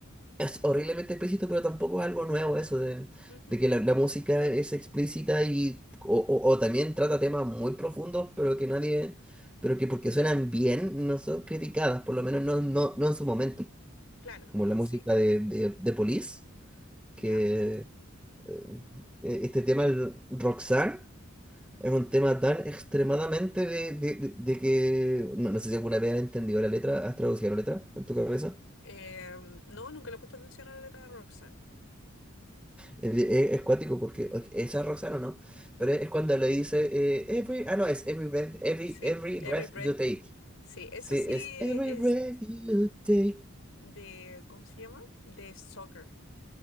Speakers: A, in the centre; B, on the left.
A: es horriblemente explícito, pero tampoco es algo nuevo eso de,
B: Ujú,
A: de que la, la música es explícita y o, o- o también trata temas muy profundos, pero que nadie, pero que porque suenan bien no son criticadas, por lo menos no, no, no en su momento,
B: Claro,
A: como la
B: sí,
A: música de, de, de Police, que
B: ¿ya?
A: eh, e, este tema el Roxanne es un tema tan extremadamente de, de, de- de que no, no sé si alguna vez has entendido la letra, has traducido la letra en tu cabeza.
B: Eh, no, nunca le he puesto atención a la letra de Roxanne.
A: Es, de- es- es cuático porque o- esa es Roxana, ¿no? Pero es cuando le dice eh, every, ah no, es every breath, every,
B: Sí,
A: every
B: Every
A: breath
B: Breath.
A: you take.
B: Sí, esa
A: Sí,
B: sí
A: es every
B: es
A: breath you take.
B: de, ¿cómo se llama? De soccer.